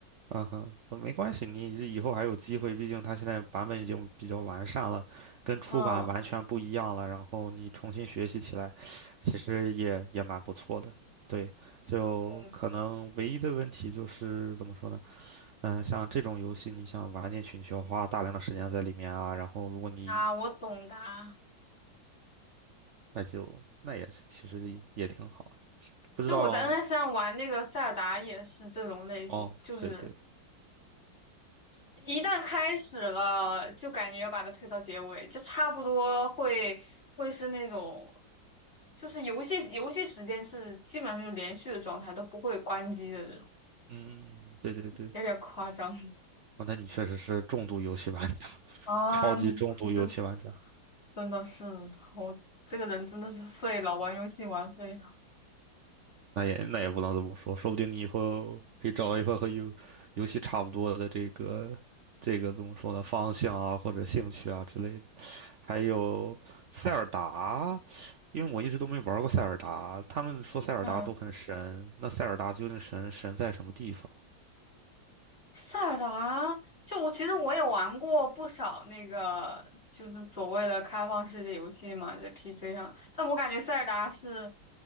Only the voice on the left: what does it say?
嗯
嗯
啊，我懂的啊
就我在 NS 上玩那个塞尔达也是这种类型，
就是
一旦开始了，就感觉要把它推到结尾，就差不多会会是那种，就是游戏游戏时间是基本上就是连续的状态，都不会关机的这种，
有点夸张
<laughs> 啊！
真真的是我这个人真的是废了，玩游戏玩废了。
嗯，
塞尔达啊，就我其实我也玩过不少那个，就是所谓的开放世界游戏嘛，在 PC 上。但我感觉塞尔达是